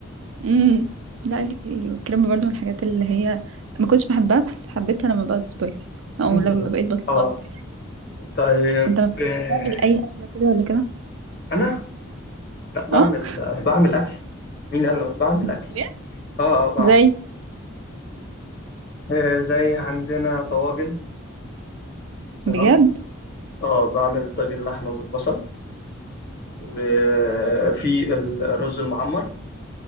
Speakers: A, on the right; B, on the left.
A: امم لا ال- الكريب برضو من الحاجات اللي هي ما كنتش بحبها بس حبيتها لما بقت سبايسي او
B: بالظبط
A: لما بقيت بطلبها
B: اه
A: سبايسي
B: طيب
A: انت ما بتعرفش
B: آه،
A: تعمل اي اكله كده ولا كده
B: انا لا بعمل
A: اه
B: بعمل اكل مين قال لك بعمل
A: بجد
B: اكل اه اه بعمل
A: زي
B: آه زي عندنا طواجن تمام
A: بجد
B: اه بعمل طاجن لحمه بالبصل وفي ال- الرز المعمر